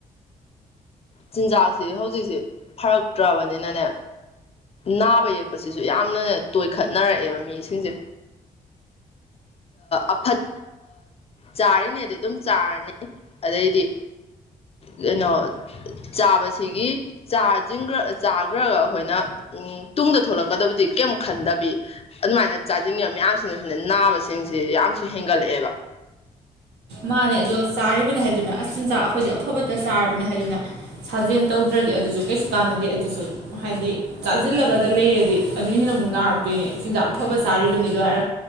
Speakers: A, on the left (about 35°); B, on the right (about 85°).
A: ꯆꯤꯟꯖꯥꯛꯁꯤ ꯍꯧꯖꯤꯛꯁꯤ ꯐꯔꯛꯇ꯭ꯔꯕꯅꯤꯅꯅꯦ ꯅꯥꯕ ꯌꯦꯛꯄꯁꯤꯁꯨ ꯌꯥꯝꯅꯅꯦ ꯇꯣꯏꯈꯠꯅꯔꯛꯑꯦꯕ ꯃꯤꯁꯤꯡꯁꯦ ꯑꯐꯠ ꯆꯥꯔꯤꯉꯩꯗꯤ ꯑꯗꯨꯝ ꯆꯥꯔꯅꯤ ꯑꯗꯩꯗꯤ ꯀꯩꯅꯣ ꯆꯥꯕꯁꯤꯒꯤ ꯆꯥ ꯆꯥꯈ꯭ꯔꯒ ꯑꯩꯈꯣꯏꯅ ꯇꯨꯡꯗ ꯊꯣꯛꯂꯛꯀꯗꯕꯗꯤ ꯀꯔꯤꯝ ꯈꯟꯗꯕꯤ ꯑꯗꯨꯃꯥꯏꯅ ꯆꯥꯖꯅꯤꯡꯉꯕ ꯃꯌꯥꯝ ꯁꯤꯅ ꯅꯥꯕꯁꯤꯡꯁꯤ ꯌꯥꯝꯁꯨ ꯍꯦꯟꯒꯠꯂꯛꯑꯦꯕ
B: ꯃꯥꯅꯦ ꯑꯗꯣ ꯆꯥꯔꯤꯕꯅꯦ ꯍꯥꯏꯗꯨꯅ ꯑꯁ ꯆꯤꯟꯖꯥꯛ ꯑꯩꯈꯣꯏꯗꯤ ꯑꯐꯕꯇ ꯆꯥꯔꯕꯅꯤ ꯍꯥꯏꯗꯨꯅ ꯁꯥꯖꯦꯜ ꯇꯧꯗ꯭ꯔꯗꯤ ꯑꯗꯨꯁꯨ ꯀꯩꯁꯨ ꯀꯥꯟꯅꯗꯦ ꯑꯗꯨꯁꯨ ꯍꯥꯏꯗꯤ ꯆꯥꯁꯤꯜꯂꯒꯗ ꯂꯩꯔꯗꯤ ꯑꯗꯨꯅ ꯍꯦꯟꯅ ꯑꯃꯨꯛ ꯅꯥꯔꯛꯇꯣꯏꯅꯦ ꯆꯤꯟꯖꯥꯛ ꯑꯐꯕ ꯆꯥꯔꯤꯕꯅꯤ ꯑꯗꯣ ꯍꯥꯏꯔ